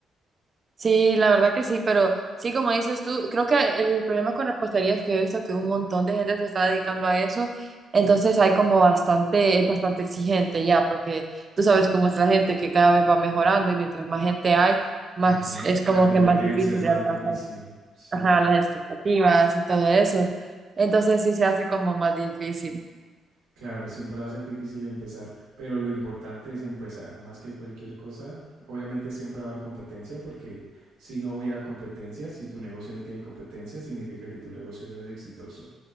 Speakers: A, on the right; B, on the right.
A: Sí, la verdad que sí, pero sí, como dices tú, creo que el problema con repostería es que he visto que un montón de gente se está dedicando a eso, entonces hay como bastante, es bastante exigente ya, porque tú sabes cómo es la gente que cada vez va mejorando y mientras más gente hay, más
B: Ujú.
A: es como
B: La competencia
A: que más difícil
B: es
A: de
B: más
A: alcanzar
B: difícil, sí.
A: ajá, las expectativas y todo eso, entonces sí se hace como más difícil.
B: Claro, siempre va a ser difícil empezar, pero lo importante es empezar, más que cualquier cosa. Obviamente siempre va a haber competencia, porque si no hubiera competencia, si tu negocio no tiene competencia, significa que tu negocio no es exitoso.